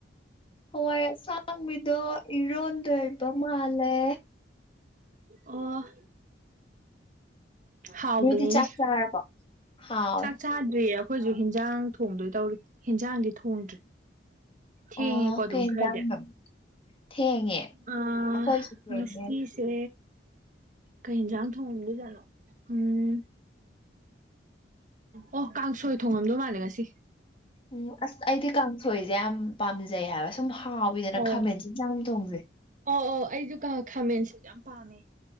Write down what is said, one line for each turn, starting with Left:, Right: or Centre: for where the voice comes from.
Left: ꯍꯋꯥꯏ ꯑꯁꯥꯡꯕꯤꯗꯣ ꯏꯔꯣꯟꯗꯣꯏꯕ ꯃꯥꯜꯂꯦ
Right: ꯑꯣ ꯍꯥꯎꯕꯅꯤꯅꯦ
Left: ꯅꯣꯏꯗꯤ ꯆꯥꯛ ꯆꯥꯔꯕꯣ ꯍꯥꯎꯋꯦ
Right: ꯆꯥꯛ ꯆꯥꯗ꯭ꯔꯤ ꯑꯩꯈꯣꯏꯁꯨ ꯍꯟꯖꯥꯡ ꯊꯣꯡꯗꯣꯏ ꯇꯧꯔꯤ ꯍꯟꯖꯥꯡꯗꯤ ꯊꯣꯡꯗ꯭ꯔꯤ ꯊꯦꯡꯉꯦꯀꯣ
Left: ꯑꯣ
Right: ꯑꯗꯨꯝ
Left: ꯀꯩ ꯌꯦꯟꯖꯥꯡꯅꯣ
Right: ꯈꯔꯗꯤ
Left: ꯊꯦꯡꯉꯦ
Right: ꯑꯥ
Left: ꯑꯩꯈꯣꯏꯁꯨ ꯊꯦꯡꯉꯦ
Right: ꯉꯥꯁꯤꯗꯤ ꯁꯦ ꯀꯩꯖꯥꯡ ꯊꯣꯡꯗꯨꯏꯖꯅꯣ ꯎꯝ ꯑꯣ ꯀꯥꯡꯁꯣꯏ ꯊꯣꯡꯉꯝꯗꯧ ꯃꯥꯜꯂꯦ ꯉꯁꯤ
Left: ꯎꯝ ꯑꯁ ꯑꯩꯗꯤ ꯀꯥꯡꯊꯣꯏꯁꯦ ꯌꯥꯝ ꯄꯥꯝꯖꯩ ꯍꯥꯏꯕ ꯁꯨꯝ ꯍꯥꯎꯋꯤꯗꯅ
Right: ꯑꯣ
Left: ꯈꯥꯃꯦꯟꯁꯤ ꯌꯥꯝ ꯌꯥꯝ ꯊꯣꯡꯖꯩ
Right: ꯑꯣ ꯑꯣ ꯑꯩꯁꯨ ꯀꯥ ꯈꯥꯃꯦꯟꯁꯤꯟ ꯌꯥꯝ ꯄꯥꯝꯃꯦ